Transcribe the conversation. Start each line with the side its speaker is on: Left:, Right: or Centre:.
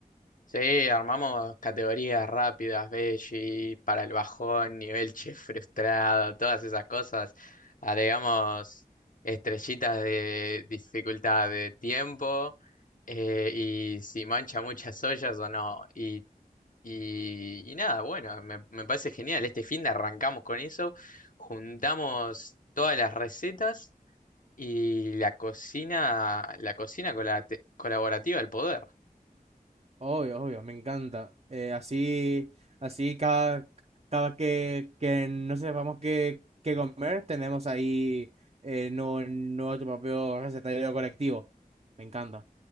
Left: Sí, armamos categorías rápidas, veggie, para el bajón, nivel chef frustrado, todas esas cosas. Agregamos estrellitas de dificultad de tiempo eh, y si mancha muchas ollas o no. Y, y, y nada, bueno, me, me parece genial. Este fin de arrancamos con eso, juntamos todas las recetas y la cocina, la cocina con colaborativa al poder.
Right: Obvio, obvio, me encanta. Eh, así, así cada, cada que, que no sepamos qué, qué comer, tenemos ahí eh, nu- nuestro propio recetario colectivo. Me encanta.